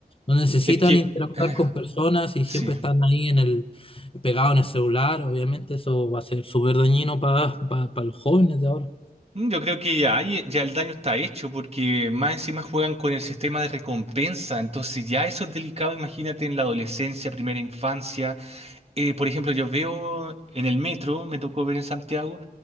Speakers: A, on the left; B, on the right.
A: no necesitan
B: es que...
A: interactuar
B: eh,
A: con personas y
B: sí.
A: siempre están ahí en el, pegado en el celular. Obviamente eso va a ser súper dañino para para los jóvenes de ahora.
B: Mm, Yo creo que ya, hay- ya el daño está hecho porque más encima juegan con el sistema de recompensa, entonces ya eso es delicado, imagínate en la adolescencia, primera infancia. eh, por ejemplo, yo veo en el metro, me tocó ver en Santiago,